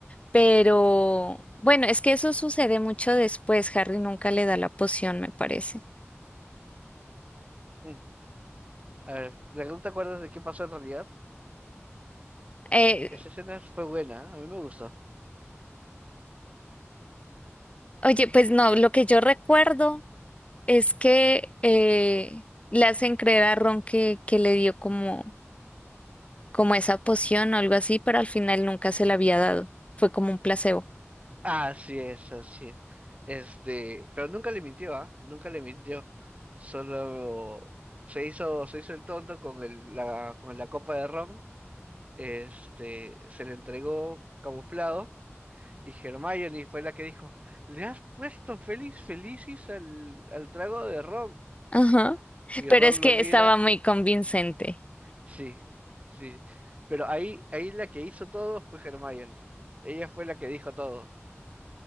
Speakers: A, on the left; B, on the right.
A: pero bueno, es que eso sucede mucho después. Harry nunca le da la poción, me parece.
B: Mm. A ver, ¿no te acuerdas de qué pasó en realidad?
A: Eh,
B: Esa escena fue buena, a mí me gustó.
A: oye, pues no, lo que yo recuerdo es que eh, le hacen creer a Ron que, que le dio como, como esa poción o algo así, pero al final nunca se la había dado. Fue como un placebo.
B: Así es, así es. Este, pero nunca le mintió, ¿ah? Nunca le mintió. Solo se hizo, se hizo el tonto con el, la, con la copa de ron. Este, se le entregó camuflado. Y Hermione fue la que dijo, le has puesto Félix Felicis al, al trago de Ron.
A: Ajá.
B: Y
A: Pero
B: Ron
A: es
B: lo
A: que
B: mira,
A: estaba muy convincente.
B: sí, sí. Pero ahí, ahí la que hizo todo fue Hermione. Ella fue la que dijo todo.